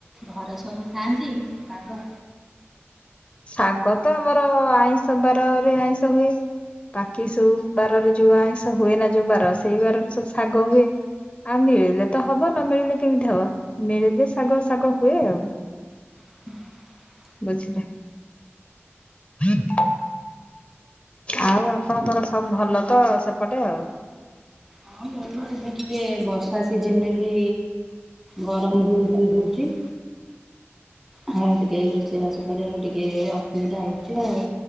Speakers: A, in the centre; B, on the left.
A: ଘରେ ସବୁ ଖାଆନ୍ତି ଶାଗ?
B: ଶାଗ ତ ଆମର ଆଇଁଷ ବାରରେ ଆଇଁଷ ହୁଏ ବାକି ସବୁ ବାରରେ ଯୋଉ ଆଇଁଷ ହୁଏ ନା ଯୋଉ ବାର ସେଇ ବାରରେ ସବୁ ଶାଗ ହୁଏ। ଆଉ ମିଳିଲେ ତ ହବ ନ ମିଳିଲେ କେମିତି ହବ। ମିଳିଲେ ଶାଗ ଶାଗ ହୁଏ ଆଉ।
A: <inaudible>
B: ବୁଝିଲେ। <unintelligible> ଆଉ ଆପଣଙ୍କର ସବୁ ଭଲ ତ ସେପଟେ ଆଉ?
A: ହଁ, ଭଲ ଏବେ ଟିକେ ବର୍ଷା ସିଜିନ୍ ରେ ବି ଗରମ ଗୁଳୁ ଗୁଳି ହଉଚି। ହଁ ଟିକେ ରୋଷେଇ ବାସ କରିବାକୁ ଟିକେ ଅସୁବିଧା ହଉଚି ଆଉ।